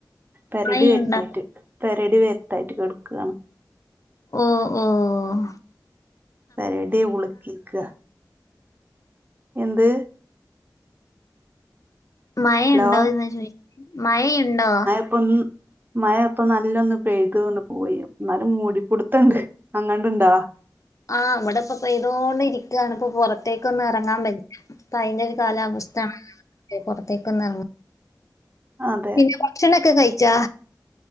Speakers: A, on the right; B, on the left.
A: പരടി
B: മഴയുണ്ടോ
A: വരുത്തായിട്ട് പെരടി വരുത്തായിട്ട് കിടക്കുകയാണ്..
B: ഓഹ്! ഓഹ്!
A: പെരഡി ഉളക്കിക്കുക എന്ത്??
B: മഴയുണ്ടോന്നു
A: ഹലോ
B: ചോദിക്ക്,, മഴയുണ്ടോ?
A: അപ്പം... മഴ ഇപ്പൊ നല്ലൊന്ന് പെയ്തൊണ്ട് പോയി, എന്നാലും മൂടിപ്പൊടുത്തണ്ട് അങ്ങണ്ട ഇണ്ട??
B: ആഹ് ഇവിടെ ഇപ്പൊ പെയ്തോണ്ട് ഇരിക്കുകയാണ്, ഇപ്പൊ പുറത്തേക്കൊന്നും ഇറങ്ങാൻ പറ്റില്ല... ഇപ്പോ അതിന്റെ ഒരു കാലാവസ്ഥയാണ്, പുറത്തേക്കൊന്നും ഇറങ്ങാ...
A: ആണ്..
B: പിന്നെ ഭക്ഷണംക്കെ കഴിച്ചാ?